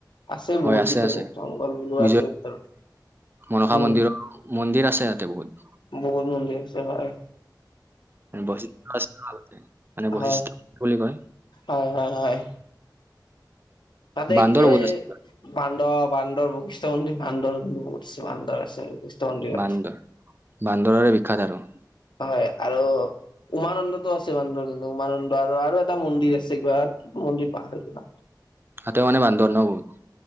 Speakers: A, on the left; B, on the right.
A: আছে
B: হয়
A: বহুত ভিতৰত
B: আছে।
A: জংগল বোলো
B: বিজয়
A: আছে ভিতৰত।
B: মনসা
A: উম
B: মন্দিৰ, মন্দিৰ আছে তাতে বহুত।
A: বহুত নন্দিৰছে ভ <unintelligible>
B: বৈশিষ্টয় আছিল মানে বৈশিষ্টয়
A: হয়
B: বুলি কয় <unintelligible>
A: হয়, হয়, হয়। তাতে
B: বান্দৰ
A: এই
B: বহুত আছে।
A: বান্দৱ বান্দৰ, বশিষ্ঠ মন্দিৰত বান্দৰ বহুত আছে। বশিষ্ঠ মন্দিৰত
B: বান্দৰ, বান্দৰৰে বিখ্যাত আৰু
A: হয়, আৰু উমানন্দতো আছে বান্দৰ, কিন্তু উমানন্দ আৰু আৰু এটা মন্দিৰ আছে কিবা কিবা মন্দিৰ পাহাৰ
B: তাতেওঁ মানে বান্দৰ ন' বহুত।